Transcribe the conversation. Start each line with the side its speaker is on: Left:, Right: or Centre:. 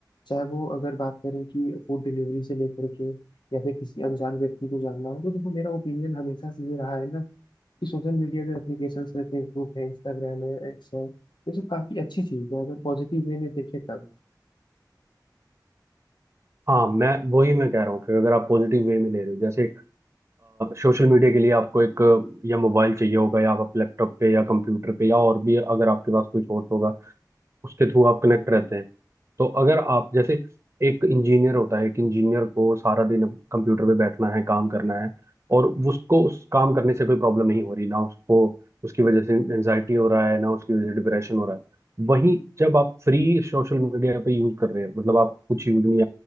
Left: चाहे वो अगर बात करें कि फूड डिलीवरी से लेकर के या फिर किसी अनजान व्यक्ति को जानना हो तो देखो मेरा ओपिनियन हमेशा से ये रहा है ना कि सोशल मीडिया जो एप्लीकेशंस है फेसबुक है इंस्टाग्राम है एक्स है ये सब काफी अच्छी चीज है अगर पॉजिटिव वे में देखें तब
Right: हाँ मैं वही मैं कह रहा हूँ कि अगर आप पॉजिटिव वे में ले रहे हो जैसे सोशल मीडिया के लिए आपको एक अ, या मोबाइल चाहिए होगा या आप अपने लैपटॉप पे या कंप्यूटर पे या और भी अगर आपके पास कोई सोर्स होगा उसके थ्रू आप कनेक्ट रहते हैं तो अगर आप जैसे एक इंजीनियर होता है एक इंजीनियर को सारा दिन कंप्यूटर पे बैठना है काम करना है और उसको उस काम करने से कोई प्रॉब्लम नहीं हो रही ना उसको उसकी वजह से एंजाइटी हो रहा है ना उसकी वजह से डिप्रेशन हो रहा है वहीं जब आप फ्री सोशल मीडिया पे यूज कर रहे हैं मतलब आप कुछ यूज नहीं